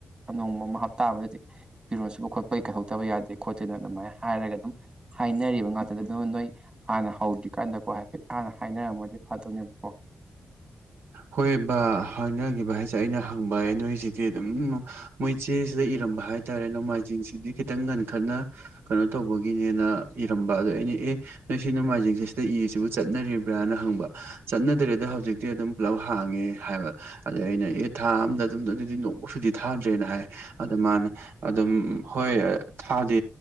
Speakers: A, on the right; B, on the right.
A: ꯑ ꯅꯣꯡꯃ ꯑꯃ ꯍꯞꯇꯥ ꯑꯃꯗꯗꯤ ꯐꯤꯔꯣꯟ ꯁꯕ ꯈꯣꯠꯄꯩ ꯀꯩꯍꯧꯗꯕ ꯌꯥꯗꯦ ꯈꯣꯠꯇꯦꯅ ꯑꯗꯨꯃꯥꯏꯅ ꯍꯥꯏꯔꯒ ꯑꯗꯨꯝ ꯍꯥꯏꯅꯔꯤꯕ ꯉꯥꯛꯇꯗ ꯑꯗꯨ ꯅꯣꯏ ꯍꯥꯟꯅ ꯍꯧꯗ꯭ꯔꯤꯀꯥꯟꯗꯀꯣ ꯍꯥꯏꯐꯦꯠ ꯍꯥꯟꯅ ꯍꯥꯏꯅꯔꯝꯃꯗꯤ ꯐꯗꯣꯏꯅꯦꯕꯀꯣ
B: ꯍꯣꯏ ꯕꯥ ꯍꯥꯏꯅꯈꯤꯕ ꯍꯥꯏꯁꯦ ꯑꯩꯅ ꯍꯪꯕ ꯅꯣꯏꯁꯤꯗꯤ ꯑꯗꯨꯝ ꯃꯣꯏꯆꯦꯁꯤꯗ ꯂꯩꯔꯝꯕ ꯍꯥꯏꯇꯥꯔꯦ ꯅꯣꯡꯃꯥꯏꯖꯤꯡꯁꯤꯗꯤ ꯈꯤꯇꯪ ꯉꯟꯈꯠꯅ ꯀꯩꯅꯣ ꯇꯧꯕꯒꯤꯅꯦꯅ ꯏꯔꯝꯕ ꯑꯗ ꯑꯩꯅ ꯑꯦ ꯅꯣꯏ ꯁꯤ ꯅ ꯃꯥꯏꯖꯤꯡꯁꯤ ꯁꯤꯗ ꯏꯁꯤꯕꯨ ꯆꯠꯅꯔꯤꯕ꯭ꯔꯥꯅ ꯍꯪꯕ ꯆꯠꯅꯗ꯭ꯔꯦꯗ ꯍꯧꯖꯤꯛꯇꯤ ꯑꯗꯨꯝ ꯄꯨꯂꯞ ꯍꯥꯡꯉꯦ ꯍꯥꯏꯕ ꯑꯗ ꯑꯩꯅ ꯑꯦ ꯊꯥ ꯑꯝꯗ ꯑꯗꯨꯝ ꯑꯗꯨꯗꯤ ꯅꯣꯛꯄꯧ ꯁꯨꯇꯤ ꯊꯥꯗ꯭ꯔꯦꯅ ꯍꯥꯏ ꯑꯗ ꯃꯥꯅ ꯑꯗꯨꯝ ꯍꯣꯏ ꯊꯥꯗꯦ